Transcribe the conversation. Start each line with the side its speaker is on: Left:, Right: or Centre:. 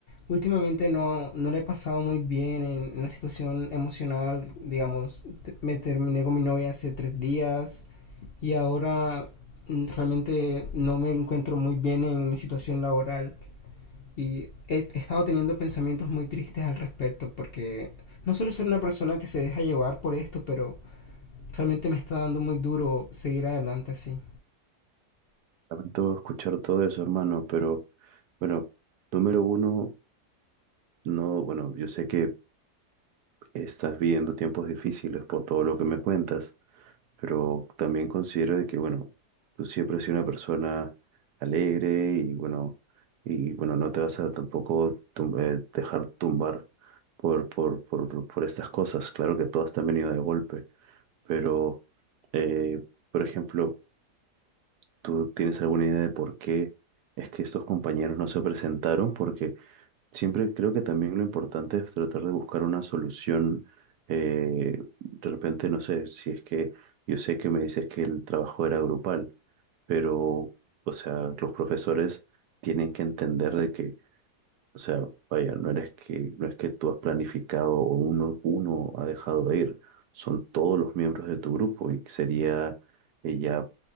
Left: últimamente no, no le he pasado muy bien en, una situación emocional, digamos, te- me terminé con mi novia hace tres días y ahora mm, realmente no me encuentro muy bien en mi situación laboral y he he estado teniendo pensamientos muy tristes al respecto porque no suelo ser una persona que se deja llevar por esto, pero realmente me está dando muy duro seguir adelante así.
Right: Lamento escuchar todo eso, hermano, pero bueno, número uno, no, bueno, yo sé que Estás viviendo tiempos difíciles por todo lo que me cuentas, pero también considero de que, bueno, tú siempre has sido una persona alegre y, bueno, y, bueno, no te vas a tampoco tum- eh, dejar tumbar por, por, por, por estas cosas. Claro que todas te han venido de golpe, pero, eh, por ejemplo, ¿tú tienes alguna idea de por qué es que estos compañeros no se presentaron? Porque Siempre creo que también lo importante es tratar de buscar una solución. eh, de repente, no sé, si es que yo sé que me dices que el trabajo era grupal, pero, o sea, los profesores tienen que entender de que, o sea, vaya, no eres que, no es que tú has planificado o uno, uno ha dejado de ir, son todos los miembros de tu grupo y sería eh, ya